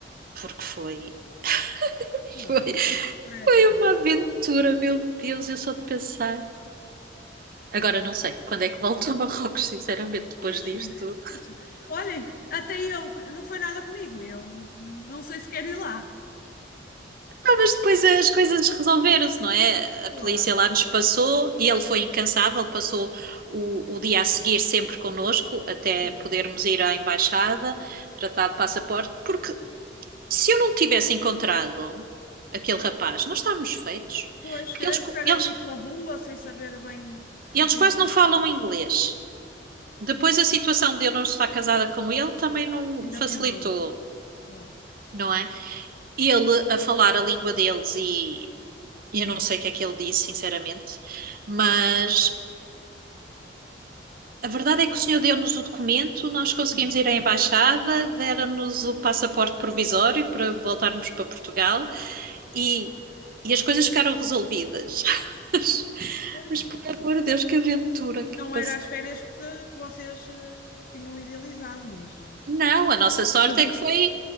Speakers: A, on the right (about 50°); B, on the left (about 50°).
A: porque foi, <laughs>
B: Claro,
A: foi,
B: o stress
A: foi
B: foi.
A: uma aventura, meu Deus, eu só de pensar. Agora
B: Meu.
A: não
B: Deus.
A: sei quando é que volto a Marrocos, sinceramente,
B: Pois,
A: depois disto
B: <laughs>
A: tudo.
B: eu tô- olhem, até eu, que não foi nada comigo, e eu não sei se quero ir lá.
A: Ah, mas depois as coisas resolveram-se, não é?
B: Claro,
A: A polícia lá nos passou e ele foi incansável, passou o, o dia a seguir sempre connosco, até
B: que bom.
A: podermos ir à embaixada, tratar de passaporte, porque se eu não tivesse encontrado aquele rapaz, nós estávamos feitos.
B: Pois,
A: Porque
B: querer
A: eles,
B: ficar
A: eles,
B: ali pela rua sem saber bem o que fazer,
A: eles quase não
B: não
A: falam
B: sei.
A: inglês. Depois a situação de eu não estar casada com ele também não
B: ainda
A: facilitou,
B: piorou, claro.
A: não é? ele a falar a língua deles e eu não sei o que é que ele disse, sinceramente, mas a verdade é que o senhor deu-nos o documento, nós conseguimos
B: Sim,
A: ir à embaixada, deram-nos o passaporte provisório para voltarmos para Portugal e, e as coisas ficaram resolvidas. <laughs>
B: pois,
A: Mas
B: mas
A: por amor de Deus, que aventura que
B: não
A: passei.
B: era as férias que, te- que vocês eh, tinham idealizado, mas, não é?
A: Não, a nossa sorte
B: Mas
A: é que foi,